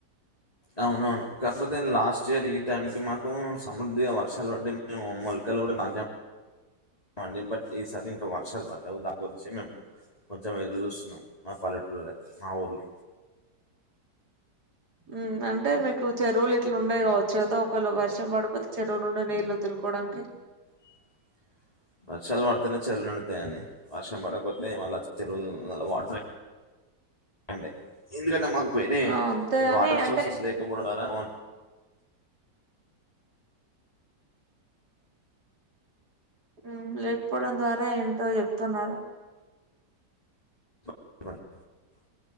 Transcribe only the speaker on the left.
అవునవును కాకపోతే లాస్ట్ ఇయర్ ఈ టైం కి మాకు సమృద్ధిగా వర్షాలు పడ్ మేము మూలు కూడా <unintelligible> మందిని బట్టి ఈసారి ఇంకా వర్షాలు పడలేవు దాని గురించి మేము కొంచెం ఎదురు చూస్తున్నాం మా పల్లెటూరువాళ్ల తే మా ఊర్లో
<inaudible> వర్షాలు పడుతనే చెరువులు నిండు తాయియని వర్షం పడకపోతే మళ్ళ చెరువులు వాటర్ అండి ఎందుకంటే మాకు వేరే
వాటర్
సోర్సెస్ లేకపోవడం ద్వారా ఒ
<inaudible>